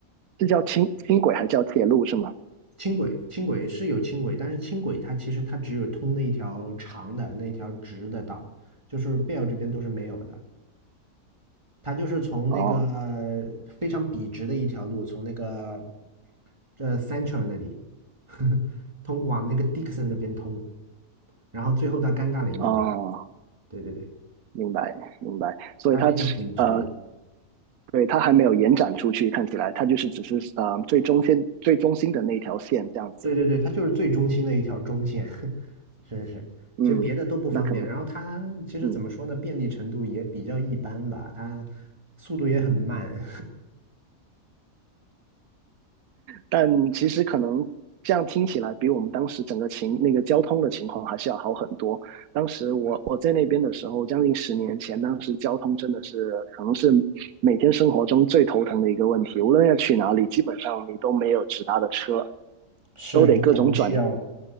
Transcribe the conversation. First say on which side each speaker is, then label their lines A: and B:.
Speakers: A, on the right; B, on the right.
A: 是叫轻轻轨还是叫铁路是吗？
B: 轻轨，轻轨是有轻轨，但是轻轨它其实它只有通那一条长的那一条直的道，就是贝尔这边都是没有的。它就是从那个
A: 哦
B: 非常笔直的一条路，从那个这 Central 那里呵呵 <laughs> 通往那个 Dixon 那边通，然后最后到尴尬林那边。
A: 哦，
B: 对对对，
A: 明白明白，所以它只呃，
B: 它是一条笔直的。
A: 对，它还没有延展出去，看起来它就是只是呃最中间最中心的那条线这样子。
B: 对对对，它就是最中心的一条中线。<laughs> 是是，
A: 嗯，
B: 其实别的都不方便，
A: 那可能，
B: 然后它其实怎么说呢，
A: 嗯，
B: 便利程度也比较一般吧，它速度也很慢，
A: 但其实可能这样听起来，比我们当时整个情那个交通的情况还是要好很多。当时我我在那边的时候，将近十年前，当时交通真的是可能是每天生活中最头疼的一个问题。无论要去哪里，基本上你都没有直达的车，
B: <laughs> 是你可能需要
A: 都得各种转。